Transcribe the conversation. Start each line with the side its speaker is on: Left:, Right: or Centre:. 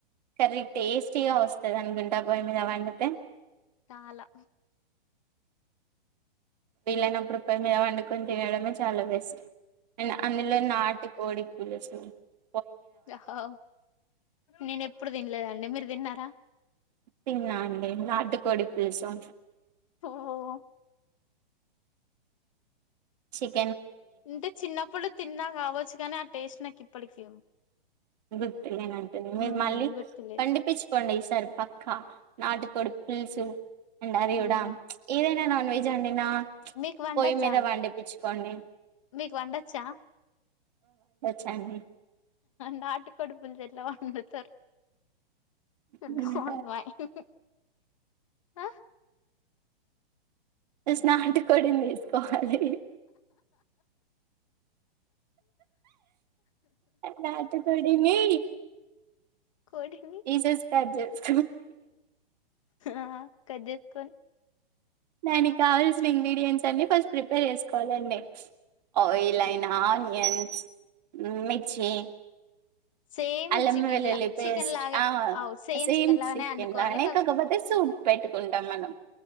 Right: కర్రీ టేస్టీగా వస్తాద్ అనుకుంటా పోయ్ మీద వండుతే
Left: చాలా
Right: వీళ్ళైనప్పుడు పోయి మీద వండుకొని తినడమే చాలా బెస్ట్ అండ్ అందులో నాటు కోడి <unintelligible>
Left: యాహౌ నేను ఎప్పుడు తినలేదండి మీరు తిన్నారా
Right: తిన్నాండి నాటుకోడి పులుసు
Left: ఓహ్
Right: చిక్
Left: అంటే చిన్నప్పుడు తిన్నా కావచ్చు కాని ఆ టేస్ట్ నాకు ఇప్పటికిీ ఉన్
Right: గుర్తులేనంటుంది మీరు
Left: మ్మ్
Right: మళ్ళీ
Left: గుర్తులేదు
Right: వండిపించుకోండి ఈసారి పక్ క్క నాటుకోడు పుల్సు అండ్ అది కూడా
Left: మ్మ్
Right: ఏదైనా నాన్ వెజ్ అండి నా
Left: మీకు వండొచ్చా
Right: పొయ్యి మీద
Left: అండి
Right: వండిపించుకోండి
Left: మీకు వండొచ్చా
Right: చండీ
Left: నాటు కోడి పులుసు ఎట్లా వండుతారు యు
Right: హ్మ్.
Left: డోంట్ మైండ్ ఆ
Right: జస్ట్ నాటుకోడినీ తిస్ కావాలి నాటుకోడి నీ
Left: కోడిని
Right: పీసెస్ కట్ చేస్కో
Left: ఆహ్ కట్ చేసుకొని
Right: దానికి కావాల్సిన ఇంగ్రీడియంట్స్ అన్ని ఫస్ట్ ప్రిపేర్ చేసుకోవాలండి ఆయిల్ అయినా ఆనియన్స్ మిర్చి
Left: సేమ్
Right: అల్లమ్మ
Left: చికెన్
Right: వెల్లుల్లి
Left: లా
Right: పేస్ట్
Left: చికెన్ లాగే
Right: ఆ
Left: అవు
Right: సేమ్
Left: లాగానే
Right: చికెన్
Left: వండుకోవాలి
Right: లాగానే కాకపోతే సూప్ పెట్టుకుంటాం మనం